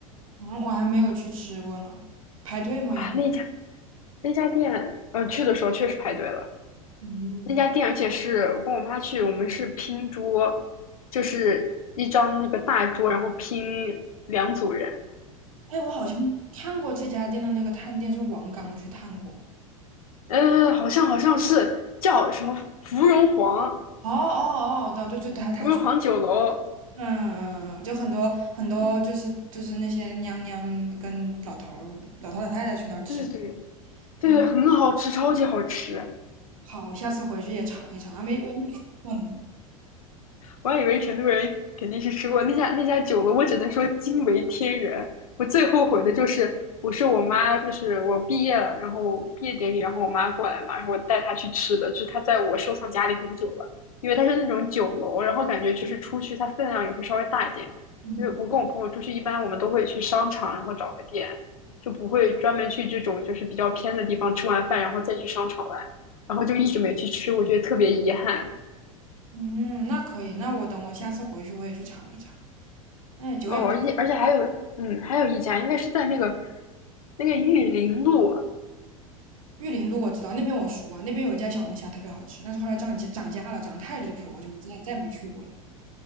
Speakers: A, on the right; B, on the left.
A: 嗯，我还没有去吃过呢。排队吗要？
B: 哇，那家那家店，呃，去的时候确实排队了。
A: 嗯，
B: 那家店，而且是我跟我妈去，我们是拼桌，就是一张那个大桌，然后拼两组人。
A: 哎，我好像看过这家店的那个探店，是王刚去探过。
B: 呃，好像好像是叫什么芙蓉皇，
A: 哦哦哦，对对，就他他去，
B: 芙蓉皇酒楼，
A: 嗯嗯嗯，嗯就很多很多，就是就是那些娘娘跟老头儿、老头老太太去那儿吃。
B: 对对对对，
A: 嗯
B: 很好吃，超级好吃。
A: 好，我下次回去也尝一尝啊，没我没吃过呢。
B: 我还以为成都人肯定是吃过那家那家酒楼，我只能说惊为天人。我最后悔的就是，我是我妈，就是我毕业了，然后毕业典礼，然后我妈过来嘛，然后我带她去吃的，就是她在我收藏夹里很久了，因为它是那种酒楼，然后感觉就是出去它分量也会稍微大一点。
A: 嗯
B: 因为我跟我朋友出去，一般我们都会去商场，然后找个店，就不会专门去这种就是比较偏的地方吃完饭，然后再去商场玩，然后就一直没去吃，我觉得特别遗憾。
A: 嗯，那可以，那我等我下次回去我也去尝一尝。哎，久仰大名
B: 哦，而且而且还有，嗯，还有一家应该是在那个那个玉林路，
A: 玉林路我知道，那边我熟啊，那边有一家小龙虾特别好吃，但是后来涨价涨价了，涨得太离谱了，我就没再再也没去过了。